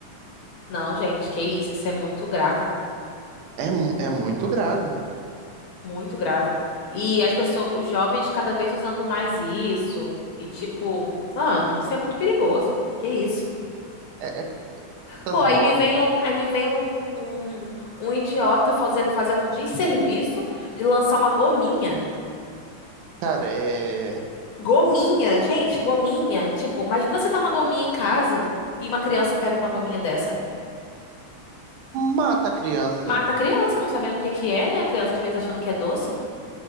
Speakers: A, on the left (about 55°); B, on the right (about 85°).
A: não, gente, que isso? Isso é muito grave,
B: É, mu- é muito grave.
A: muito grave. E as pessoas, os jovens cada vez usando mais isso. E tipo, mano, isso é muito perigoso. Que isso?
B: É, é essas
A: Pô, aí
B: modas,
A: me vem um, aí me vem um, um, um idiota fazendo, fazendo um desserviço de lançar uma gominha.
B: cara, é...
A: Gominha, gente, gominha. Tipo, imagina você tá uma gominha em casa e uma criança pega uma gominha dessa.
B: Mata a criança.
A: Mata a criança, não sabendo o que que é, né? A criança às vezes achando que é doce.